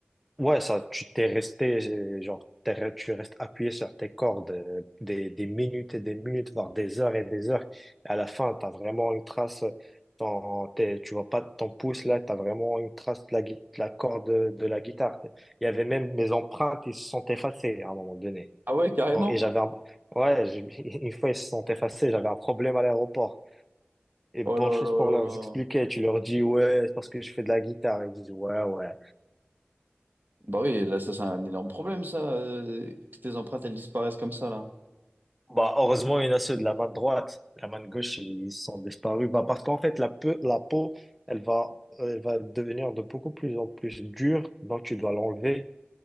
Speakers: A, in the centre; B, on the right.
A: Ouais, ça, tu t'es resté, euh, genre, t'es re- tu restes appuyé sur tes cordes euh, des, des minutes et des minutes, voire des heures et des heures. À la fin, t'as vraiment une trace, euh, ton, t'es- tu vois pas ton pouce là, t'as vraiment une trace de la, gui- de la corde de, de la guitare. Il y avait même mes empreintes, ils se sont effacées à un moment donné.
B: Ah ouais, carrément?
A: Donc, et j'avais un, ouais, j'ai- <laughs> une fois ils se sont effacés, j'avais un problème à l'aéroport. Et bonne
B: Oh là
A: chose
B: là
A: pour
B: là
A: leur
B: là.
A: expliquer, tu leur dis, ouais, c'est parce que je fais de la guitare. Ils disent, ouais, ouais.
B: Bah oui, là, ça, c'est un énorme problème, ça, euh, que tes empreintes, elles disparaissent comme ça, là.
A: Bah, heureusement, il y en a ceux de la main droite. La main gauche, ils sont disparus. Bah, parce qu'en fait, la, pe- la peau, elle va, euh, elle va devenir de beaucoup plus en plus dure. Donc, tu dois l'enlever